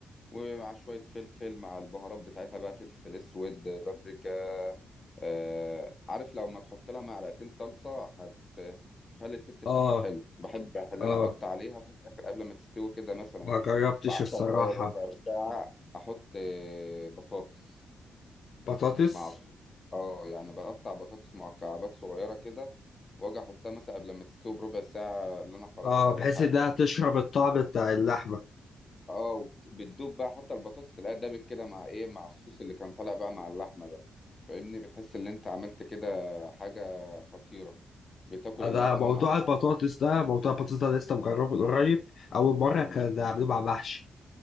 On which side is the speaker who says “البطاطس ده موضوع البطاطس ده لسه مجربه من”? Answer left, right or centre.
Left